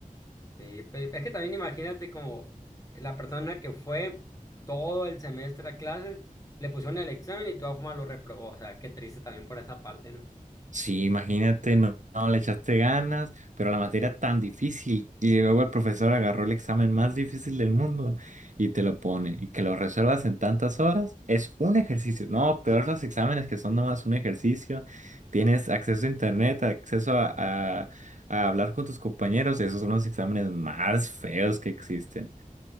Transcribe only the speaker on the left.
Sí, pues es que también imagínate como la persona que fue todo el semestre a clases, le pusieron el examen y de todas formas lo reprobó, o sea, qué triste también por esa parte, ¿no?